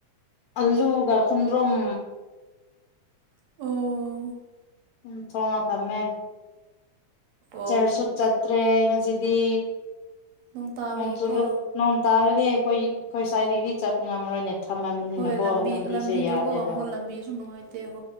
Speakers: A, on the left; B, on the right.
A: ꯑꯜꯂꯨꯒ ꯈ‌ꯣꯟꯗ꯭ꯔꯨꯝ
B: ꯑꯣ
A: ꯎꯝ ꯊꯣꯡꯉ ꯊꯝꯃꯦ
B: ꯑꯣ
A: ꯆꯔꯁ ꯁꯨ ꯆꯠꯇ꯭ꯔꯦ ꯉꯁꯤꯗꯤ
B: ꯅꯣꯡ ꯇꯥꯕꯒꯤꯀꯣ
A: ꯅ‌ꯣꯡ ꯆꯨꯔ ꯅꯣꯡ ꯇꯥꯔꯗꯤ ꯑꯩꯈꯣꯏ ꯑꯩꯈꯣꯏ ꯁ꯭ꯋꯥꯏꯗꯒꯤꯗꯤ ꯆꯠꯄ ꯉꯝꯃꯔꯣꯏꯅꯦ ꯊꯝꯃꯕꯅꯤꯅꯀꯣ
B: ꯍꯣꯏ ꯂꯝꯕꯤ
A: ꯂꯝꯕꯤꯁꯦ
B: ꯂꯝꯕꯤꯗꯣꯀꯣ
A: ꯌꯥꯗꯦꯕ
B: ꯑꯃꯨꯛ ꯂꯝꯕꯤꯁꯨ ꯅꯨꯡꯉꯥꯏꯇꯦ